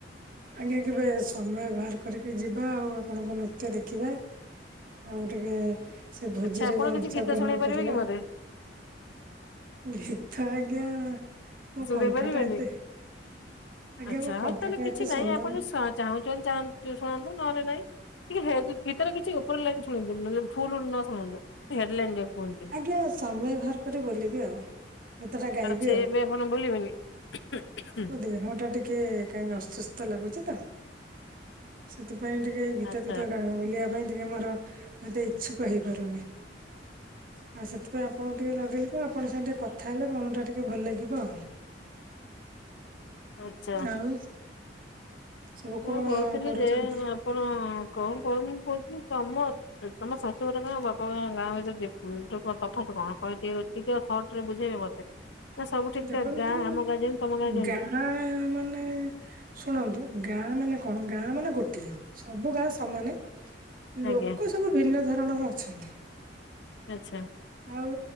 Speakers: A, on the right; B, on the left.
A: ଆଜ୍ଞା କେବେ ସମୟ ବାହାର କରିକି ଯିବା ଆଉ ଆପଣଙ୍କ ନୃତ୍ୟ ଦେଖିବା ଆଉ ଟିକେ ସେ ଭୋଜି
B: ଆଚ୍ଛା
A: ରେ
B: ଆପଣ
A: ବି ଅଂଶଗ୍ରହଣ
B: କିଛି ଗୀତ ଶୁଣେଇ ପାରିବେ
A: କରିବା।
B: କି ମତେ
A: ଗୀତ ଆଜ୍ଞା ମୋ
B: ଶୁଣେଇ
A: କଣ୍ଠ
B: ପାରିବେନି?
A: ଟା ଏତେ ଆଜ୍ଞା
B: ଆଚ୍ଛା
A: ମୋ କଣ୍ଠ
B: ହଉ ତାହେଲେ
A: ଟା
B: କିଛି
A: ଏତେ
B: ନାଇଁ
A: ସୁନ୍ଦର
B: ଆପଣ
A: ନୁ-
B: ସ ଚାହୁଁଛନ୍ତି ଚା ଶୁଣାନ୍ତୁ ନହେଲେ ନାଇଁ। ଟିକେ ଗେ ଗୀତର କିଛି ଉପର ଲାଇନ୍ ଶୁଣେଇ ଦିଅନ୍ତୁ ନହେଲେ ଫୁଲ ନ ଶୁଣାନ୍ତୁ ହେଡ଼ ଲାଇନ୍ ଯୋଉ କୁହନ୍ତି।
A: ଆଜ୍ଞା ସମୟ ବାହାର କରି ବୋଲିବି ଆଉ। ଗୀତ ଟା ଗାଇବି
B: ଆଡା ଛେ
A: ଆଉ।
B: ଏବେ ଆପଣ ବୋଲିବେନି। <inaudible>
A: ମୋ ଦେହ ଟା ଟିକେ କାହିଁକି ଅସୁସ୍ଥ ଲାଗୁଛି ତ ସେଥିପାଇଁ ଟିକେ ଗୀତ
B: ଆଚ୍ଛା
A: ଫୀତ ଗା ବୋଲିବା ପାଇଁ ଟିକେ ମୋର ମତେ ଇଚ୍ଛୁକ ହେଇପାରୁନି। ଆ ସେଥିପାଇଁ ଆପଣଙ୍କୁ ଟିକେ ଲଗେଇଲି ଆପଣ ସାଙ୍ଗେ ଟିକେ କଥା ହେଲେ ମନଟା ଟିକେ ଭଲ ଲାଗିବ ଆଉ।
B: ଆଚ୍ଛା।
A: ଆଉ ସବୁ କଣ
B: ମୁଁ କହୁଥିଲି
A: କରୁଛନ୍ତି?
B: ଯେ ଆପଣ କଣ କହୁନି କହୁଥିଲି ତମ ସେ ତମ ଶାଶୁ ଘର ଗାଁ ବପା ଗାଁ ଗାଁ ଭିତରେ ଡିଫ ଡିଫର୍ ତଫାତ କଣ କହି <unintelligible> ଟିକେ ସର୍ଟରେ ବୁଝେଇବ ମତେ। ନା ସବୁ ଠିକ
A: ଦେଖନ୍ତୁ
B: ଠାକ ଗାଁ ଆମ ଗାଁ ଯେମିତି ତମ ଗାଁ ଯେମିତି
A: ଗାଁ ମାନେ ଶୁଣନ୍ତୁ ଗାଁ ମାନେ କଣ ଗାଁ ମାନେ ଗୋଟିଏ ସବୁ ଗାଁ ସମାନେ।
B: ଆଜ୍ଞା
A: ଲୋକ ସବୁ ଭିନ୍ନ ଧରଣର ଅଛନ୍ତି।
B: ଆଛା।
A: ଆଉ